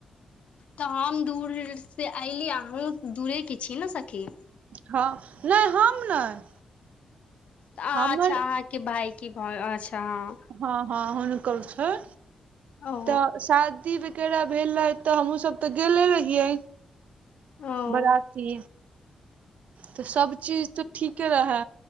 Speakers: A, on the left; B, on the right.
A: तऽ हम दूर से अयली अहूँ दूरेके छी ने सखी
B: हँ नहि हम नहि
A: अह
B: हमर
A: अच्छा अहाँके भाय की भ अच्छा हँ
B: हँ हँ हुनकल छ य
A: हँ ओ
B: तऽ शादी व भेल रहे तऽ हमूँ सब तऽ गेले रहियै
A: ओ
B: बराती तऽ सब चीज तऽ ठीक रहए